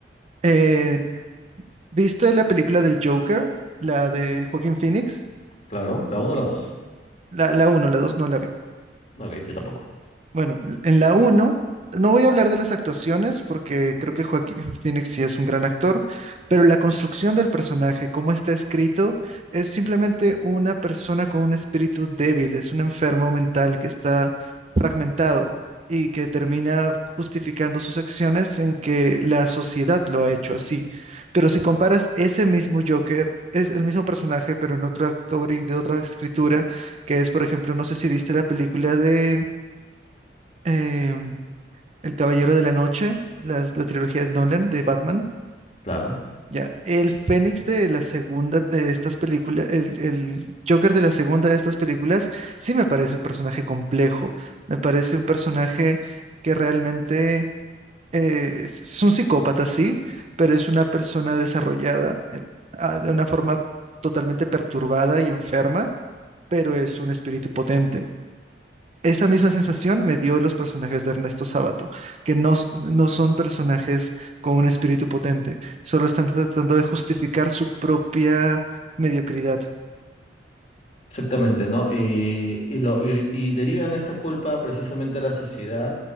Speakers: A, on the right; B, on the left.
A: eh, ¿viste la película del Joker? La de Joaquín Phoenix.
B: Claro, la uno, o la 2.
A: La, la 1, la 2 no la vi.
B: Ok, yo tampoco.
A: Bueno, en la uno no voy a hablar de las actuaciones porque creo que Joaquín Phoenix sí es un gran actor, pero la construcción del personaje, cómo está escrito, es simplemente una persona con un espíritu débil, es un enfermo mental que está fragmentado y que termina justificando sus acciones en que la sociedad lo ha hecho así. Pero si comparas ese mismo Joker, es el mismo personaje, pero en otro actor y de otra escritura, que es, por ejemplo, no sé si viste la película de em, El Caballero de la Noche, las- la trilogía de Nolan de Batman,
B: Claro.
A: ya, el Fénix de la segunda de estas películas, el, el Joker de la segunda de estas películas, sí me parece un personaje complejo, me parece un personaje que realmente eh, es es un psicópata, sí, pero es una persona desarrollada eh, ah, de una forma totalmente perturbada y enferma, pero es un espíritu potente. Esa misma sensación me dio los personajes de Ernesto Sábato, que no, s- no son personajes con un espíritu potente, solo están tratando de justificar su propia mediocridad.
B: Exactamente, ¿no? Y, y, lo, y, y derivan esta culpa precisamente a la sociedad